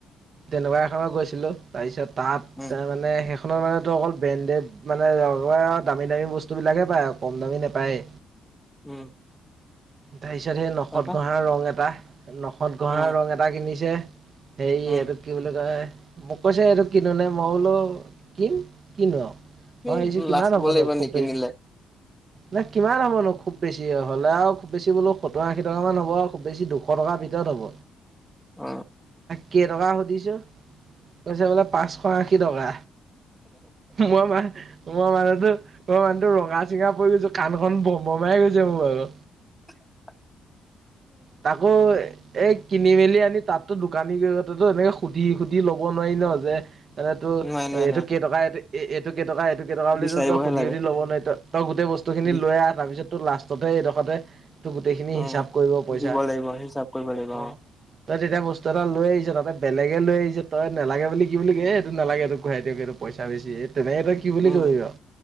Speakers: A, on the right; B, in the centre.
A: তেনেকুৱা এখনত গৈছিলো তাৰপিছত তাত
B: উম,
A: মানে সেইখননৰ মানে তো অকল ব্ৰেণ্ডেড মানে ৰ দামী দামী বস্তুবিলাকে পায় আৰু কম দামী নোপায়ে।
B: উম।
A: তাৰপিছত সেই নখত
B: তাৰপা
A: গঁহা ৰং এটা নখত গঁহা
B: উম,
A: ৰং এটা কিনিছে। সেইটো
B: উম,
A: কি বুলি কয় মোক কৈছে এইটো কিনো নাই মই বোলো কিন কিনো আৰু। অহ
B: এই
A: এইচ কিমান
B: লাজ পাব
A: হ'ব
B: লাগিব
A: ন খুব
B: নিকিনিলে
A: বেছ না কিমান হ'ব নো খুব বেছি হ'লে আৰু খুব বেছি বোলো সতৰ আশী টকা মান হ'ব আৰু খুব বেছি দুশ টকা ভিতৰত হ'ব।
B: উ
A: কেইটকা সুধিছোঁ কৈছে বোলে পাঁচশ আশী টকা। মই মা মই মানুহতো মই মানুহটো ৰঙা চিঙা পৰি গৈছো কাণখন ব বমাই গৈছে মোৰ আৰু।
B: <inaudible>
A: তাকো এ কিনি মেলি আনি তাতো দোকানীতো এনেকে সুধি সুধি ল'ব নোৱাৰি। ন যে মান তটো
B: নোৱাৰি, নোৱাৰি,
A: এইটো
B: নোৱাৰি
A: কেইটকা এইটো এইটো কেইটকা এইটো কেইটকা বুলি
B: বিচাৰিবহে
A: তই সুধি
B: লাগে
A: সুধি ল'ব নোৱাৰি তই তই গোটেই বস্তুখিনি
B: বি
A: লৈ আহ তাৰপিছত ত লাষ্টতে এইডোখৰতে ত গোটেইখিনি
B: অ'।
A: হিচাপ কৰিব। পইচা
B: দিব লাগিব হিচাপ কৰিব লাগিব
A: অঁ
B: অ'।
A: তই তেতিয়া বস্তু এটা লৈ আহিছ তাতে বেলেগে লৈ আহিছ তই নালাগে বুলি কি বুলি ক এইটো নালাগে এইটো ঘোৰাইত এইটো পইচা বেছি এই তেনেকৈ তই কি বুলি
B: উম,
A: কি আৰু